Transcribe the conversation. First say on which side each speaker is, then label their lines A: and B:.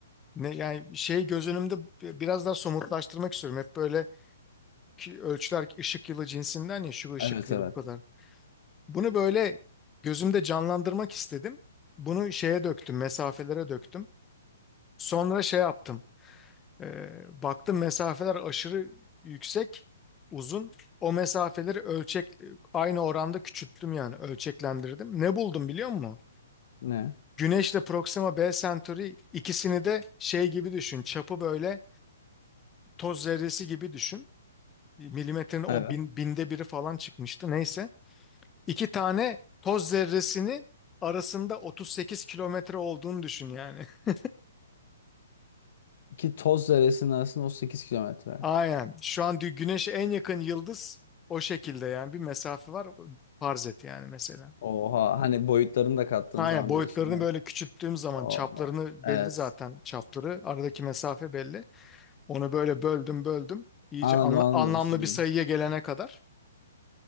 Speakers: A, on the left; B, on the left.
A: ne yani şey göz önümde bi- biraz daha somutlaştırmak istiyorum. Hep böyle ki ölçüler ışık yılı cinsinden ya şu ışık
B: Evet
A: yılı
B: evet.
A: bu kadar. Bunu böyle gözümde canlandırmak istedim. Bunu şeye döktüm, mesafelere döktüm. Sonra şey yaptım. Ee, baktım mesafeler aşırı yüksek, uzun. O mesafeleri ölçek aynı oranda küçülttüm yani ölçeklendirdim. Ne buldum biliyor musun?
B: Ne?
A: Güneşle Proxima B Centauri ikisini de şey gibi düşün. Çapı böyle toz zerresi gibi düşün. Milimetrenin o
B: Evet.
A: bin- binde biri falan çıkmıştı neyse. İki tane toz zerresinin arasında 38 kilometre olduğunu düşün yani. <laughs>
B: Ki toz zerresinin arasında 38 kilometre.
A: Aynen. Şu an dü- güneşe en yakın yıldız o şekilde yani bir mesafe var. Farz et yani mesela.
B: Oha. Hani boyutlarını da kattığın
A: Aynen
B: zaman
A: boyutlarını
B: diyorsun. Evet.
A: böyle küçülttüğüm zaman
B: Oha.
A: çaplarını
B: Evet.
A: belli zaten çapları. Aradaki mesafe belli. Onu böyle böldüm böldüm. İyice
B: Anladım
A: anla-
B: anladım.
A: anlamlı
B: demek istediğini.
A: bir sayıya gelene kadar.